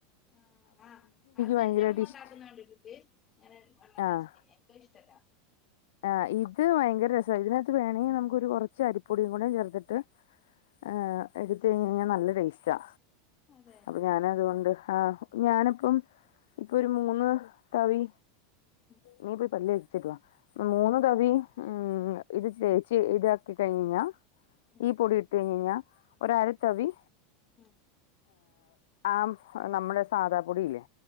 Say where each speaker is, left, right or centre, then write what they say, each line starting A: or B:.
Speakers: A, on the left; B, on the left.
A: ആഹ് ആഹ് അതെന്റെ
B: ഭയങ്കരമായിട്ട്
A: ഉമ്മ ഉണ്ടാക്കുന്ന
B: ഇഷ്ട
A: കണ്ടിട്ടുണ്ട് അങ്ങനെ വെള്ളം
B: ആഹ്
A: നനച്ചിട്ട് എനിക്ക് ഇഷ്ട്ടല്ല
B: ആഹ് ഇത് ഭയങ്കര രസ ഇതിനകത്ത് വേണമെങ്കിൽ നമുക്ക് ഒരു കുറച്ച് അരിപ്പൊടിയും കൂടി ചേർത്തിട്ട് ഏഹ് എടുത്ത് കഴിഞ്ഞാൽ നല്ല ടേസ്റ്റാ
A: അതെ
B: അപ്പൊ ഞാന് അതുകൊണ്ട് ആഹ് ഞാനിപ്പം ഇപ്പൊ ഒരു മൂന്ന് തവി
A: ഉം
B: നീ പോയി പല്ലു തേച്ചിട്ട് വാ മൂന്നു തവി ഉം ഇത് ചേച്ചി ഇതാക്കി കഴിഞ്ഞാ
A: ഉം
B: ഈ പൊടി ട്ടുകഴിഞ്ഞാ ഒരു അരത്തവി
A: ഉം
B: ആഹ് നമ്മുടെ സാദാപ്പൊടിയില്ലേ